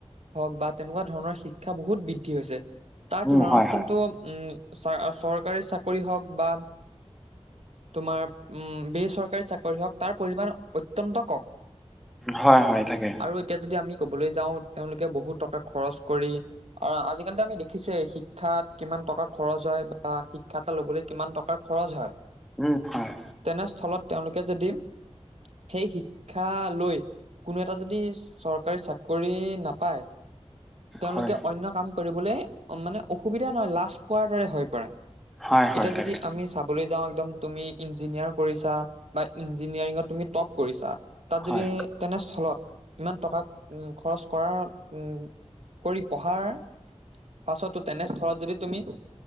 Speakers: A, on the right (about 70°); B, in the centre.
A: হক বা‌ তেনেকুৱ ধৰনৰ শিক্ষা বহুত বৃদ্ধি হৈছে। তাৰ
B: উম,
A: তুলনাত
B: হয়, হয়।
A: কিন্তু উম, চ চৰকাৰী চাকৰি হওক বা তোমাৰ উম, বেচৰকাৰী চাকৰি হওক তাৰ পৰিমাণ অত্যন্ত কম।
B: হয়-হয় থাকে।
A: আৰু এতিয়া যদি আমি কবলৈ যাওঁ তেওঁলোকে বহুত টকা খৰচ কৰি আৰু আজিকালিতো আমি দেখিছে শিক্ষাত কিমান, কিমান টকা খৰচ হয় বা শিক্ষা এটা লবলৈ কিমান টকাৰ খৰচ হয়।
B: উম হয়
A: তেনেস্থলত তেওঁলোকে যদি সেই শিক্ষা লৈ কোনো এটা যদি চৰকাৰী চাকৰি নাপায় তেওঁলোকে
B: হয়,
A: অন্য কাম কৰিবলৈ মানে অসুবিধা নহয় লাজ পোৱাৰ দৰে হৈ পৰে
B: হয়, হয়,
A: এতিয়া
B: থাকে
A: যদি আমি চাবলৈ যাওঁ একদম তুমি ইঞ্জিনিয়াৰ কৰিছা বা ইঞ্জিনিয়াৰিঙত তুমি টপ কৰিছা। তাত
B: হয়,
A: যদি তেনেস্থলত ইমান টকা উম খৰচ কৰাৰ উম কৰি পঢ়াৰ পাছতো তেনেস্থলত যদি তুমি